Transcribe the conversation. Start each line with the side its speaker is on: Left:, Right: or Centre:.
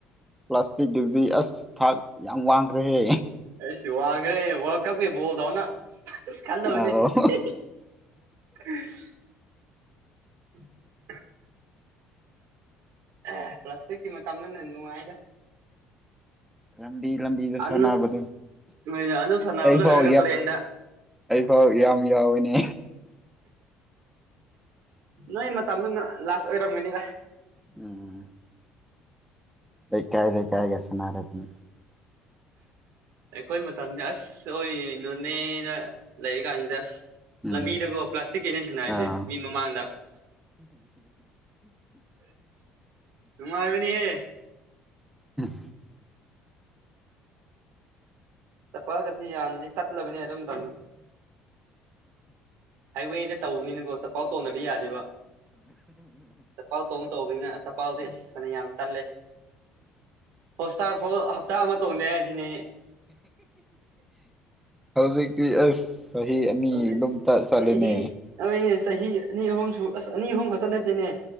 Centre: ꯄ꯭ꯂꯥꯁꯇꯤꯛꯀꯤꯗꯨꯗꯤ ꯑꯁ ꯊꯥꯛ ꯌꯥꯝ ꯋꯥꯡꯈ꯭ꯔꯦꯍꯦ
Right: ꯑꯦ ꯁꯤ ꯋꯥꯒ꯭ꯔꯦ <unintelligible>
Centre: ꯑꯧ
Right: <unintelligible> ꯑꯦ ꯄ꯭ꯂꯥꯁꯇꯤꯛꯀꯤ ꯃꯇꯝꯗꯅꯦ ꯅꯨꯡꯉꯥꯏꯔꯦ
Centre: ꯂꯝꯕꯤ ꯂꯝꯕꯤꯗ
Right: ꯑꯅꯨꯁ
Centre: ꯁꯅꯥꯅꯕꯗꯣ
Right: ꯑꯅꯨ ꯑꯗꯨ ꯁꯥꯟꯅꯕ
Centre: ꯑꯩꯐꯥꯎ
Right: ꯂꯣꯏꯔꯒ ꯇꯨꯔꯦꯟꯗ
Centre: ꯑꯩꯐꯥꯎ ꯌꯥꯝ ꯌꯥꯎꯏꯦꯅꯦ
Right: ꯅꯣꯏ ꯃꯇꯝꯗꯨ ꯂꯥꯁ ꯑꯣꯏꯔꯝꯒꯅꯤꯗ
Centre: ꯎꯝ ꯂꯩ ꯀꯥꯏ ꯂꯩ ꯀꯥꯏꯒꯁꯅ ꯑꯗꯨꯅ
Right: ꯑꯩꯈꯣꯏ ꯃꯇꯝꯁ ꯑꯁ ꯑꯣꯏꯅꯣꯅꯦꯅ ꯂꯩꯔꯤ ꯀꯥꯟꯁꯤꯗ ꯑꯁ
Centre: ꯎꯝ
Right: ꯂꯝꯕꯤꯗꯀꯣ ꯄ꯭ꯂꯥꯁꯇꯤꯛ ꯀꯩꯅ ꯁꯟꯅꯔꯤꯁꯦ
Centre: ꯑꯥ
Right: ꯃꯤ ꯃꯃꯥꯡꯗ ꯇꯨꯃ ꯍꯥꯏꯕꯤꯅꯤ ꯑꯦ
Centre: ꯎꯝ
Right: ꯆꯠꯄꯒꯁꯤ ꯌꯥꯅꯗꯤ ꯇꯠꯂꯕꯅꯦ ꯑꯗꯨꯝ ꯇꯧꯅꯨ ꯍꯥꯏꯋꯦꯗ ꯇꯧꯕꯅꯤꯅꯀꯣ ꯆꯄꯜ ꯇꯣꯟꯗꯅꯕ ꯌꯥꯗꯦꯕ ꯆꯄꯜ ꯇꯣꯟ ꯇꯧꯕꯅꯤꯅ ꯑ ꯄꯥꯎꯗꯤꯁ ꯐꯅ ꯌꯥꯝ ꯇꯜꯂꯦ ꯍꯣꯁꯇꯥꯔ ꯐꯥꯎ ꯍꯞꯇꯥ ꯑꯃ ꯇꯣꯡꯗꯦ ꯍꯥꯏ ꯁꯤꯅꯦ ꯑꯩ
Centre: ꯍꯧꯖꯤꯛꯇꯤ ꯑꯁ ꯆꯍꯤ ꯑꯅꯤ
Right: ꯍꯧꯖꯤꯛ
Centre: ꯑꯗꯨꯝ ꯆꯠ ꯆꯠꯂꯦꯅꯦ
Right: ꯆꯍꯤ ꯑꯗꯨꯅꯦ ꯆꯍꯤ ꯑꯅꯤ ꯑꯍꯨꯝꯁꯨ ꯑꯁ ꯑꯅꯤ ꯑꯍꯨꯝ ꯈꯛꯇ ꯅꯠꯇꯦꯅꯦ